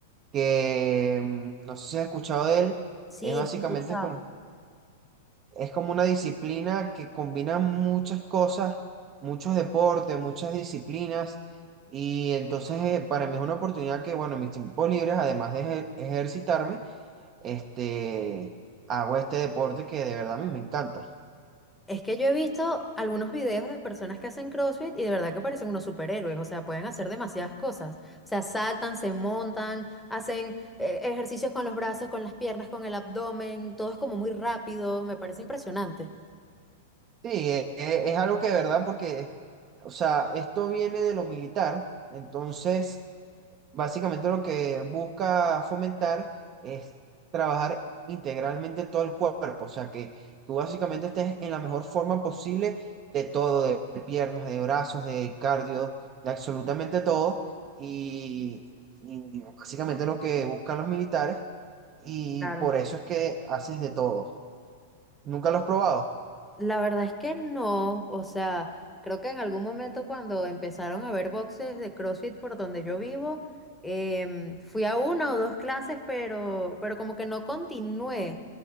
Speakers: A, on the right; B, in the centre.
A: que mm, no sé si has escuchado de él.
B: Sí,
A: Es básicamente
B: sí, he escuchado.
A: con Es como una disciplina que combina muchas cosas, muchos deportes, muchas disciplinas. Y entonces eh, para mí es una oportunidad que, bueno, en mis tiempos libres, además de ejer- ejercitarme, este, hago este deporte que de verdad a mí me encanta.
B: Es que yo he visto algunos videos de personas que hacen CrossFit y de verdad que parecen unos superhéroes, o sea, pueden hacer demasiadas cosas. O sea, saltan, se montan, hacen eh, ejercicios con los brazos, con las piernas, con el abdomen, todo es como muy rápido, me parece impresionante.
A: Sí, e- e- es, algo que de verdad porque, o sea, esto viene de lo militar. Entonces, Básicamente lo que busca fomentar es trabajar integralmente todo el cuerpo, o sea que tú básicamente estés en la mejor forma posible de todo, de, piernas, de brazos, de cardio, de absolutamente todo. Y, y básicamente lo que buscan los militares y
B: Claro.
A: por eso es que haces de todo. ¿Nunca lo has probado?
B: La verdad es que no, o sea, creo que en algún momento cuando empezaron a haber boxes de CrossFit por donde yo vivo, em, fui a una o dos clases, pero, pero como que no continué.